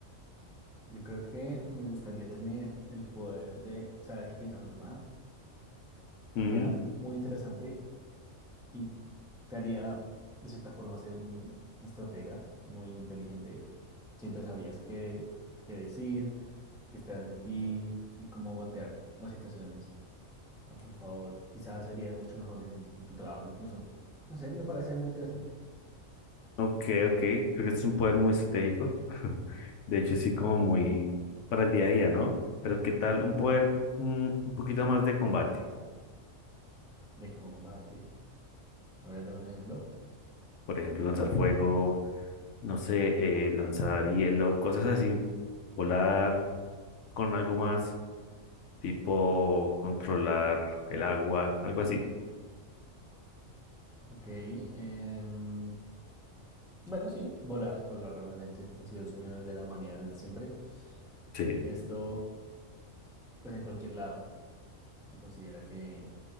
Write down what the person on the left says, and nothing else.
Mm,
ok, ok, creo que este es un poder muy estratégico. <laughs> De hecho, sí, como muy para el día a día, ¿no? Pero ¿qué tal un poder mm, un poquito más de combate?
Por ejemplo, lanzar fuego, no sé, eh, lanzar hielo, cosas así, volar con algo más, tipo controlar el agua, algo así.
Sí.